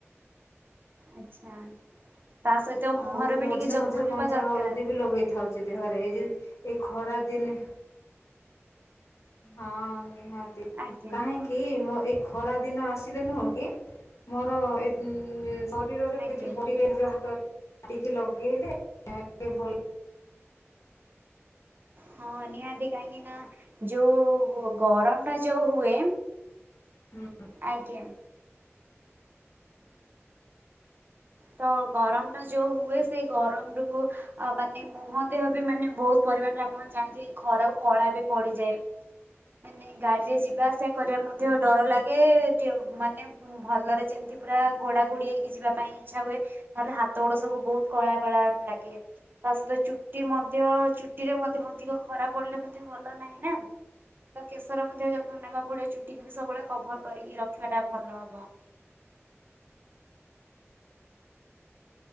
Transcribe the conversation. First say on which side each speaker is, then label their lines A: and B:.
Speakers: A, on the right; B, on the left.
A: ଆଚ୍ଛା। ତା ସହିତ
B: ଆଉ
A: ମୁହଁର ବି
B: ମଝିରେ
A: ଟିକେ ଯତ୍ନ
B: ମଝିରେ କଞ୍ଚା
A: ନେବା ଦରକାର
B: ହଳଦୀ ବି ଲଗେଇ ଥାଉଛି ଦେହରେ ଏଇ ଯଉ ଏଇ ଖରା ଦିନେ ହଁ ନିହାତି
A: ଆଜ୍ଞା।
B: କାହିଁକି? କି ମୋ ଏ ଖରା ଦିନ ଆସିଲେ ନୁହଁ କି ମୋର ଏ ଶରୀରରେ <unintelligible>
A: ଆଜ୍ଞା
B: ବଡିରେ ବି ହାତ କାଟିକି ଲଗେଇଲେ <unintelligible> ଟ ଭଲ।
A: ହଁ ନିହାତି କାହିଁକି ନା ଯୋଉ ଗରମ ଟା ଯୋଉ ହୁଏ
B: ହୁଁ।
A: ଆଜ୍ଞା। ତ ଗରମ ଟା ଯୋଉ ହୁଏ ସେଇ ଗରମ ରୁ ଅ ମାନେ ମୁହଁ ଦେହ ବି ମାନେ ବହୁତ ପରିମାଣରେ ଆପଣ ଜାଣିିଥିବେ ଖରା କୁ କଳା ବି ପଡିଯାଏ। ମାନେ ଗାଡିରେ ଯିବା ଆସିବା କରିବା ମଧ୍ୟ ଡର ଲାଗେ <unintelligible> ମାନେ ଭଲରେ ଯେମିତି ପୁରା ଘୋଡ଼ା ଘୋଡ଼ି ହେଇକି ଯିବା ପାଇଁ ଇଛା ହୁଏ ତାହେଲେ ହାତ ଗୋଡ ସବୁ ବହୁତ କଳା କଳା ଲାଗେ। ତା ସହିତ ଚୁଟି ମଧ୍ୟ ଚୁଟିରେ ମଧ୍ୟ ଅଧିକ ଖରାପ ପଡିଲେ ମଧ୍ୟ ଭଲ ନାହିଁ ନା ତ କେଶର ମଧ୍ୟ ଯତ୍ନ ନେବାକୁ ପଡିବ ଚୁଟିକୁ ବି ସବୁବେଳେ କଭର କରିକି ରଖିବା ଟା ଭଲ ହବ।